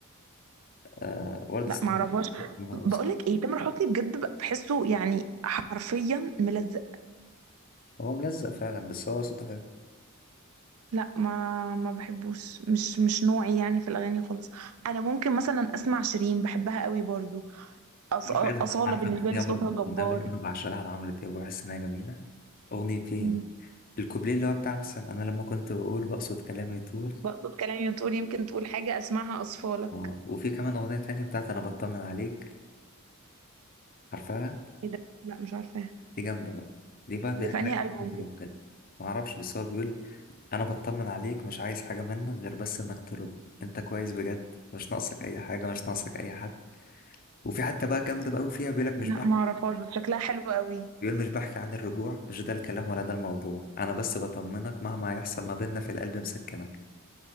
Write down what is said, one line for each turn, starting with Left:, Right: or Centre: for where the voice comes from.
Left: آه ورد
Right: لا
Left: السحاب
Right: ما اعرفهاش
Left: لما
Right: بقول
Left: أوصل
Right: لك ايه تامر حسني بجد بحسه يعني حرفيا ملزق
Left: هو ملزق فعلا بس هو صوته حلو
Right: لا ما ما بحبوش مش مش نوعي يعني في الاغاني خالص انا ممكن مثلا اسمع شيرين بحبها قوي برضو أص...
Left: عارف
Right: أصالة
Left: ايه ده عارف
Right: بالنسبة
Left: الاغنيه
Right: لي صوتها
Left: برضه
Right: جبار
Left: الاغنيه برضه انا بعشقها لعمرو دياب وبحس انها جميله اغنيتين
Right: مم.
Left: الكوبليه اللي هو بتاع مثلا انا لما كنت بقول بقصد كلامي طول
Right: بقصد كلامي وتقول يمكن تقول حاجة اسمعها أصفالك
Left: آه، وفي كمان اغنيه تانية بتاعت انا بطمن عليك عارفها
Right: ايه ده لا مش عارفاها
Left: دي جامده بقى دي بقى بيحكي
Right: دي في انهي
Left: لك
Right: ألبوم
Left: الحب
Right: دي
Left: ده بجد ما اعرفش بس هو بيقول انا بطمن عليك مش عايز حاجه منك غير بس انك ترد انت كويس بجد مش ناقصك اي حاجه مش ناقصك اي حد وفي حتى بقى جامده بقى وفيها بيقول لك مش
Right: لا
Left: بقى
Right: ما اعرفهاش بس شكلها حلو قوي
Left: بيقول مش بحكي عن الرجوع مش ده الكلام ولا ده الموضوع انا بس بطمنك مهما هيحصل ما بيننا في القلب مسكنك